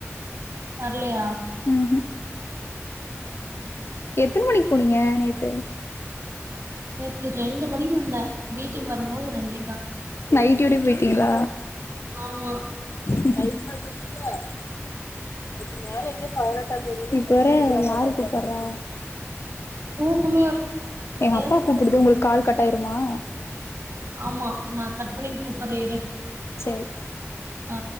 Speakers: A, on the right; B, on the left.
A: வர்லயா
B: ம் ஹூம்
A: சரிங்க
B: எத்ன மணிக் போனீங்க நேத்து
A: நேத்து ரெண்டு மணிக்கு வந்த வீட்டுக்கு வருமோது ரெண்டே கால்
B: நைட்டியோடியே போயிட்டிங்களா
A: ஆமா
B: <unintelligible> இதுக்கு இப்ப வேற யாரு கூப்புறா
A: தூக்கமே வருது
B: எங்க அப்பா கூப்பிடுது உங்களுக்கு கால் கட் ஆயிருமா
A: ஆமா நா கட் பண்ணி கூப்புறே இரு
B: செரி
A: ஆ